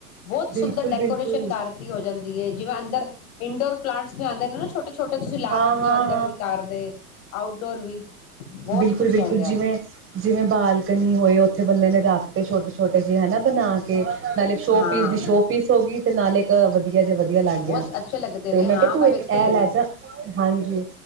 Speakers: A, on the left; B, on the right.
A: ਬਹੁਤ
B: ਬਿਲਕੁਲ-ਬਿਲਕੁਲ
A: ਸੁੰਦਰ ਡੈਕੋਰੇਸ਼ਨ ਘਰ ਦੀ ਹੋ ਜਾਂਦੀ ਹੈ ਜਿਵੇਂ ਅੰਦਰ ਇੰਡੋਰ ਪਲਾਂਟਸ ਵੀ ਆਉਂਦੇ ਨੇ ਨਾ ਛੋਟੇ ਛੋਟਾ ਤੁਸੀਂ ਲਾ
B: ਹਾਂ-ਹਾਂ,
A: ਸਕਦੇ ਹੋ ਅੰਦਰ ਵੀ ਘਰ ਦੇ ਆਊਟਡੋਰ ਵੀ ਬਹੁਤ
B: ਬਿਲਕੁਲ
A: ਕੁਛ
B: ਬਿਲਕੁਲ
A: ਹੈਗਾ
B: ਜਿਵੇਂ ਜਿਵੇਂ ਬਾਲਕਨੀ ਹੋਏ ਉੱਥੇ ਬੰਦੇ ਨੇ ਰੱਖ ਕੇ ਛੋਟੇ ਛੋਟੇ ਜਹੇ ਹਨਾ ਬਣਾ ਕੇ ਨਾਲੇ ਸ਼ੋਪੀਸ
A: ਹਾਂ
B: ਦੀ ਸ਼ੋਅਪੀਸ ਹੋ ਗਈ ਤੇ ਨਾਲ ਇੱਕ ਵਧੀਆ ਜੇ ਵਧੀਆ ਵਧੀਆ ਲੱਗ
A: ਬਹੁਤ
B: ਗਿਆ
A: ਅੱਛੇ ਲੱਗਦੇ
B: ਤੇ
A: ਨੇ
B: ਮੈਂ
A: ਹਾਂ
B: ਕਿਹਾ ਤੂੰ ਇੱਕ
A: ਵੇਖੇ
B: ਇਹ ਲੈ
A: ਨੇ
B: ਜ ਹਾਂਜੀ